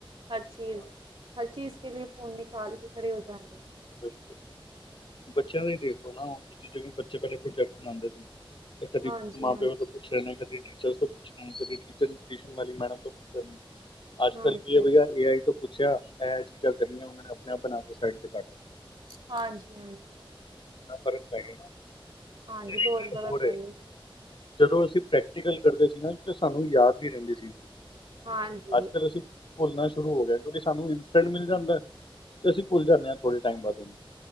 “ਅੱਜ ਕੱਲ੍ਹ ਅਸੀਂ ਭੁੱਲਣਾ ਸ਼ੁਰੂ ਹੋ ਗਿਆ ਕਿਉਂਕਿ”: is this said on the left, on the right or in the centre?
Left